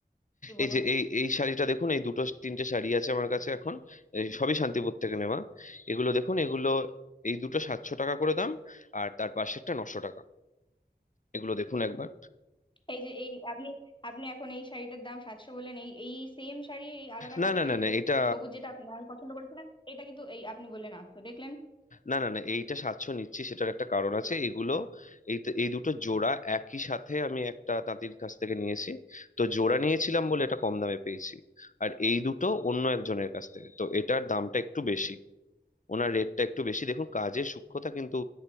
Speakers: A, on the left; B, on the left.
A: কি বলুন
B: এই যে এই এই শাড়িটা দেখুন এই দুটো তিনটে শাড়ি আছে আমার কাছে এখন এই সবই শান্তিপুর থেকে নেওয়া এগুলো দেখুন এগুলো এই দুটো সাতশো টাকা করে দাম আর তার পাশেরটা নশো টাকা এগুলো দেখুন একবার
A: এই যে এই আপনি আপনি এখন এই শাড়িটার দাম সাতশো বললেন এই এই সেম শাড়ি এই আলাদা
B: না
A: কালারে
B: না না
A: এই
B: না
A: যে
B: এটা
A: সবুজ যেটা আপনি আমি পছন্দ করেছিলাম এটা কিন্তু এই আপনি বললেন আটশো দেখলেন
B: না না না এইটা সাতশো নিচ্ছি সেটার একটা কারণ আছে এগুলো এই তো- এই দুটো জোড়া একই সাথে আমি একটা তাঁতির কাছ থেকে নিয়েছি তো জোড়া নিয়েছিলাম বলে এটা কম দামে পেয়েছি আর এই দুটো অন্য একজনের কাছ থেকে তো এটার দামটা একটু বেশি ওনার রেটটা একটু বেশি দেখুন কাজের সূক্ষ্মতা কিন্তু